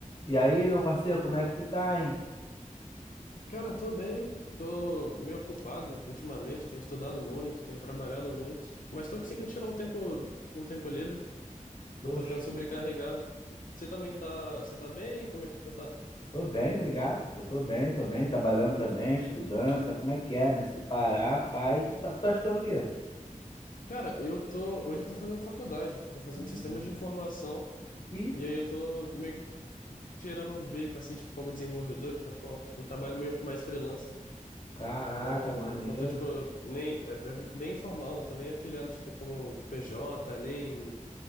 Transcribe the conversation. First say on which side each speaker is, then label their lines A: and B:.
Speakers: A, on the left (about 35°); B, on the left (about 80°).
A: E aí, meu parceiro, como é que tu tá, hein?
B: Cara, tô bem, tô meio ocupado ultimamente, tenho estudado muito, tenho trabalhado muito, mas tô
A: E,
B: conseguindo tirar um tempo, um tempo livre,
A: Pô,
B: não tô
A: show.
B: ficando sobrecarregado. Você também tá, você tá bem? Como é que você tá?
A: Tô bem, obrigado. Pô, tô bem, tô bem, trabalhando também, estudando, sabe como é que é, né? Se parar, pai, tu tá, tá estudando o quê?
B: Cara, eu tô, hoje eu tô fazendo faculdade, tô fazendo
A: Hum.
B: sistemas de informação,
A: Ih,
B: e aí eu tô meio que tirando uns bicos, assim, tipo, como desenvolvedor, então, tipo, é um um trabalho meio mais freelancer.
A: caraca,
B: Não,
A: maneiro.
B: não tô, tipo, nem, é, é bem informal, não tô nem afiliado, tipo, como PJ, nem